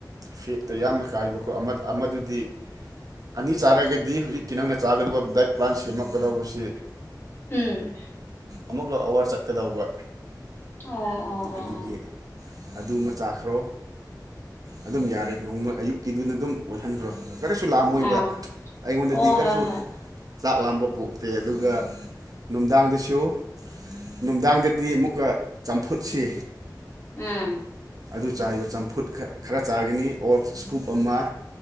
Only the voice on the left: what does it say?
ꯎꯝ
ꯑꯣ ꯑꯣ ꯑꯣ
ꯑꯣ
ꯑꯥ
ꯑꯣ
ꯍꯣꯏ ꯍꯣꯏ
ꯎꯝ